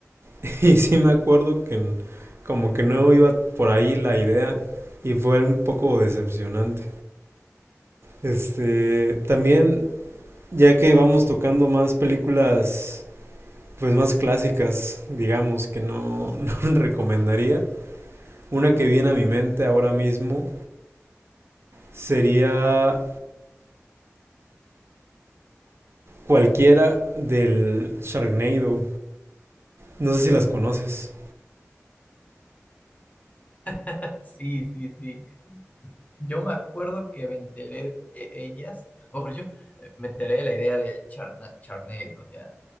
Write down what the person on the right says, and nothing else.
<laughs> Y sí me acuerdo que n- como que no iba por ahí la idea y fue un poco decepcionante. Este, también, ya que vamos tocando más películas Pues más clásicas, digamos, que no, no <laughs> recomendaría. Una que viene a mi mente ahora mismo sería cualquiera del Sharknado. No sé si las conoces.